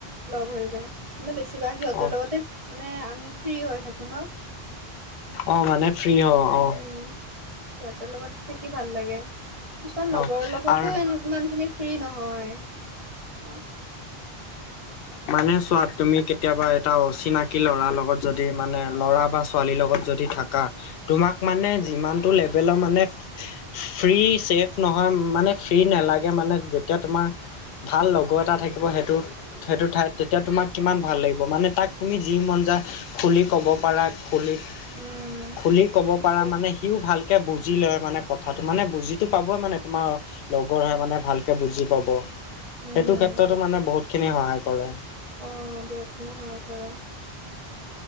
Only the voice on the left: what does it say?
অ
অ', মানে ফ্ৰী হও
অ,
অ
আৰু
মানে চোৱা তুমি কেতিয়াবা এটা অচিনাকি ল'ৰাৰ লগত যদি মানে ল'ৰা বা ছোৱালীৰ লগত যদি থাকা। তোমাক মানে যিমানটো লেভেলৰ মানে ফ্ৰী ছেফ নহয় মানে ফ্ৰী নালাগে মানে যেতিয়া তোমাৰ ভাল লগৰ এটা থাকিব সেইটো সেইটো ঠাইত তেতিয়া তোমাক কিমান ভাল লাগিব মানে তাক তুমি যি মন যায়। খুলি ক'ব পাৰা খুলি
খুলি ক'ব
পাৰা মানে সিও ভালকৈ বুজি লয় মানে কথাটো মানে বুজিটো পাবই মানে তোমাৰ লগৰহে মানে ভালকে বুজি পাব। সেইটো
ক্ষেত্ৰতো
মানে বহুত খিনি সহায় কৰে।